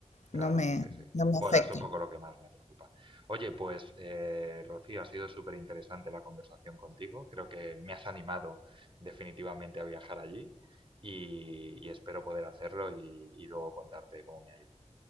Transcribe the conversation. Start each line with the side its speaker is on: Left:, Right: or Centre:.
Right: Claro,
Left: no me,
Right: sí, sí.
Left: no me
Right: Bueno,
Left: afecta.
Right: es un poco lo que más me preocupa. Oye, pues eh, Rocío, ha sido súper interesante la conversación contigo. Creo que me has animado definitivamente a viajar allí y, y espero poder hacerlo y, y luego contarte cómo me ha ido.